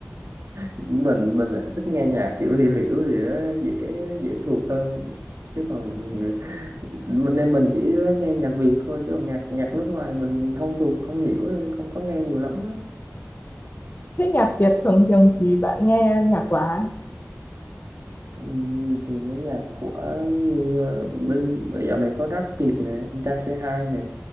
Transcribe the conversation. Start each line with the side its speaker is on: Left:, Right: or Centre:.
Right: mình mình lại thích nghe nhạc kiểu hiểu hiểu thì nó dễ dễ thuộc hơn chứ còn <laughs> mình em mình chỉ nghe nhạc Việt thôi chứ còn nhạc nhạc nước ngoài mình không thuộc không hiểu nên không có nghe nhiều lắm á
Left: thế nhạc Việt thường thường thì bạn nghe nhạc của ai
Right: Ừm, thì mấy nhạc của như bên dạo này có rap Việt nè anh trai c hai nè